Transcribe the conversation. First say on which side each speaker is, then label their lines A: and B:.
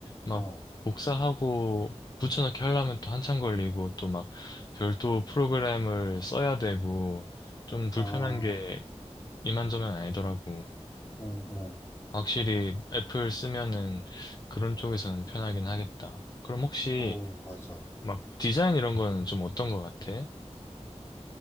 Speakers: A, on the left (about 35°); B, on the left (about 20°).
A: 막
B: 어,
A: 복사하고 붙여넣기 하려면 또 한참 걸리고 또 막 별도 프로그램을 써야 되고 좀 불편한
B: 아,
A: 게 이만저만 아니더라고.
B: 어, 어,
A: 확실히 애플 쓰면은 그런 쪽에서는 편하긴 하겠다. 그럼 혹시
B: 어, 맞아.
A: 막 디자인 이런 거는 좀 어떤 거 같아?